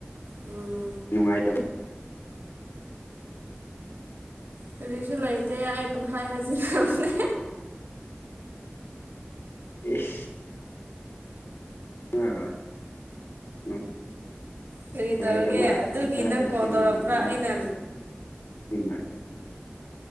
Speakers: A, on the right; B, on the left.
A: ꯎꯝ
B: ꯅꯨꯡꯉꯥꯏꯇꯕ
A: ꯀꯔꯤꯁꯨ ꯂꯩꯇꯦ ꯑꯩ ꯄꯪꯈꯥꯏ ꯍꯥꯏꯖꯤꯕꯅꯦ
B: ꯏꯁ ꯑꯥ ꯎ ꯅꯨꯡꯉꯥꯏ
A: ꯀꯔꯤ ꯇꯧꯔꯒꯦ
B: ꯇꯕ
A: ꯑꯗꯨꯒꯤ
B: ꯆꯆꯥꯔꯗꯧꯁꯦ
A: ꯅꯪ ꯀꯣꯜ
B: ꯅꯨꯡꯉꯥꯏ
A: ꯇꯧꯔꯛꯄ꯭ꯔꯥ
B: ꯇꯕ
A: ꯑꯩꯅ
B: ꯍ ꯃꯥ